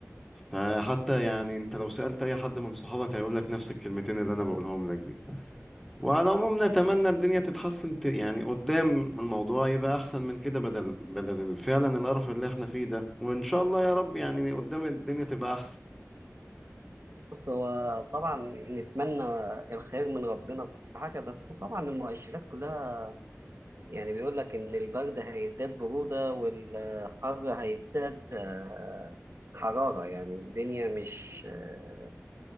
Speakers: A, in the centre; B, on the right.
A: فحتى يعني أنت لو سألت أي حد من صحابك هيقول لك نفس الكلمتين اللي أنا بقولهم لك دي وعلى العموم نتمنى الدنيا تتحسن ت- يعني قدام الموضوع يبقى أحسن من كده بدل بدل ال- فعلا القرف اللي إحنا فيه ده وإن شاء الله يا رب يعني قدام الدنيا تبقى أحسن
B: بص هو طبعا نتمنى الخير من ربنا في كل حاجه بس طبعا المؤشرات كلها يعني بيقول لك ان البرد هيزداد بروده والحر هيزداد آه، حراره يعني الدنيا مش آه،